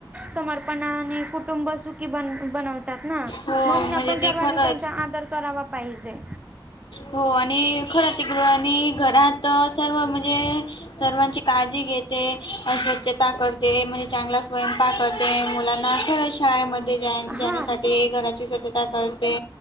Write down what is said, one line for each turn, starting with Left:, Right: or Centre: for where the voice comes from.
Right: समर्पणाने कुटुंब सुखी बन बनवतात ना
Left: हो
Right: म्हणून
Left: म्हणजे
Right: आपण सर्वांनी
Left: ती खरंच
Right: त्यांचा आदर करावा पाहिजे
Left: हो आणि खरं तििकड आणि घरात सर्व म्हणजे सर्वांची काळजी घेते स्वच्छता करते म्हणजे चांगला स्वयंपाक करते मुलांना खरंच शाळेमध्ये जा
Right: हा
Left: जाण्यासाठी घराची स्वच्छता करते